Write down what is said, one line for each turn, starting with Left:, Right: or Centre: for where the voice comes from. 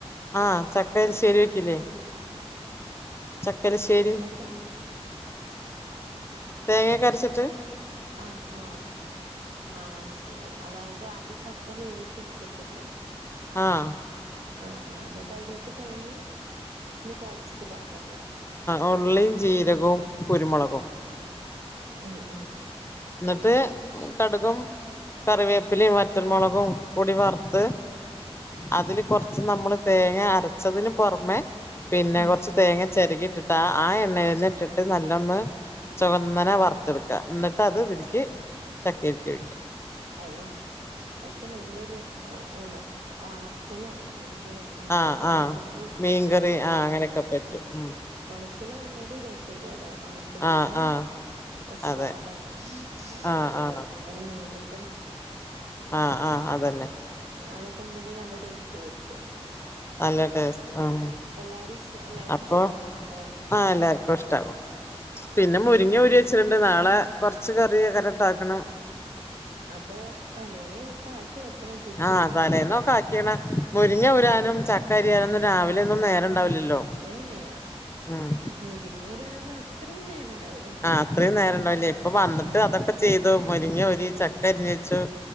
Left: ആഹ് ചക്ക എരിശേരി വെക്കില്ലേ ചക്കരശ്ശേരി
Right: അതൊക്കെ
Left: തേങ്ങെക്കെ അരച്ചിട്ട്
Right: ആഹ് ആഹ് ആഹ് മനസ് സ്സിലായി അതായത് ആദ്യം ചക്ക വേവിച്ചെടുത്തിട്ടില്ലേ
Left: ആഹ്
Right: ആഹ് ആഹ് ന്നിട്ട് അയിലേക്ക് തേങ്ങിം ഇത് അര്ച്ചിട്ട് പാര ലേ
Left: ഉള്ളീം ജീരകവും കുരുമുളകും
Right: ഉം ഉം
Left: ന്നട്ട് കട്കും കറിവേപ്പിലിം വറ്റൽമുളകും പൊടി വർത്ത് അതില് കൊർച്ച് നമ്മള് തേങ്ങ അരച്ചതിന് പൊർമെ പിന്നെ
Right: ഉം
Left: കൊർച്ച് തേങ്ങ ചരകി ഇട്ടിട്ടാ ആ എണ്ണയിൽന്നെ ഇട്ടിട്ട് നല്ലൊന്ന് ചുവന്നനെ വർത്തെടുക്ക എന്നിട്ട് അത് ഇതിൽക്ക് ചക്കക്ക് ഒഴിക്കാ
Right: അയ്വാ അയ്ക്ക് നല്ലൊരു ഉണ ഒണക്കലോ അല്ലെങ്കില്
Left: ആഹ്
Right: മീൻകറിയോ
Left: ആഹ്
Right: ഉണ്ടെങ്കി
Left: മീൻകറി
Right: നല്ല
Left: ആഹ്
Right: ടേസ്റ്റ്
Left: അങ്ങനെയൊക്കെ
Right: ആയെനി
Left: പറ്റും ഉം
Right: ഒണക്കല് ഒന്നൂടി രസേക്കാരം ചെമ്മീനോ
Left: ആഹ് ആഹ്
Right: സ്രാവോ
Left: അതെ
Right: അല്ലെങ്കില്
Left: ആഹ് ആഹ്
Right: നീണ്ടിട്ട് ഒരു
Left: ആഹ് ആഹ് അതന്നെ
Right: അതൊക്കെ ഉണ്ടെങ്കി നല്ല ടേസ്റ്റ് ആയിരിക്കും
Left: നല്ല ടേസ്റ്റ് ആഹ്
Right: എല്ലാരും ഇഷ് എല്ലാർക്കും
Left: അപ്പൊ
Right: ഇഷ്ടായിരിക്കുംല്ലേ
Left: ആഹ് എല്ലാർക്കും ഇഷ്ടാവും പിന്നെ മുരിങ്ങ
Right: ഏഹ്
Left: ഊരി വെച്ചതുണ്ട് നാളെ കൊർച്ച് കറി അങ്ങനെണ്ടാക്കണം
Right: അപ്പൊ തലേന്നേ ഒക്കെ ആക്കി വെക്കണം ചുരുക്കി
Left: ആഹ്
Right: പറഞ്ഞാല്
Left: തലേന്നൊക്കെ
Right: ലേ
Left: ആക്കിയണ <unintelligible> ചക്ക അരിയാനൊന്നും രാവിലെ ഒന്നും നേരം ഉണ്ടാവില്ലല്ലോ
Right: ഏയേ
Left: ഉം
Right: മുരിങ്ങ ഊരാനൊന്നും അത്രിം നേരം ഉണ്ടാവൂല
Left: ആ അത്രയും നേരം ഉണ്ടാവില്ല ഇപ്പൊ വന്നിട്ട്
Right: ഉം
Left: അതൊക്കെ ചെയ്തു മുരിങ്ങ ഊരി ചക്ക അരിഞ്ഞച്ചു